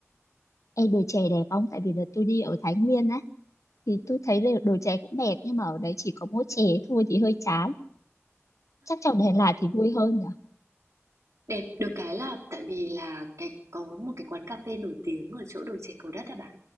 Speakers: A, on the left (about 85°); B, on the right (about 70°).
A: Ê, đồi chè đẹp không? Tại vì đợt tôi đi ở Thái Nguyên á thì tôi thấy là đồ chè cũng đẹp nhưng mà ở đấy chỉ có mỗi chè thôi thì hơi chán chắc trong Đà Lạt thì vui hơn nhỉ
B: đẹp được cái là tại vì là cái có một cái quán cà phê nổi tiếng ở chỗ đồi chè Cầu Đất à bà